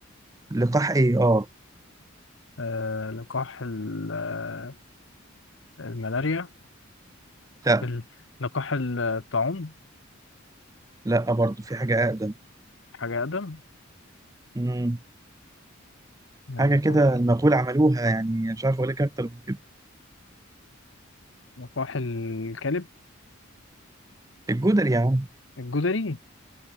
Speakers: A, on the right; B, on the left.
A: لقاح إيه؟ آه
B: آه لقاح ال- آه، الملاريا
A: لا
B: ال- لقاح الطاعون
A: لا برضه في حاجة
B: حاجة أقدم
A: أقدم
B: لقاح
A: حاجه كده المغول عملوها يعني مش عارف اقول لك اكتر من كده
B: لقاح الكلب
A: الجدر يا عم
B: الجدري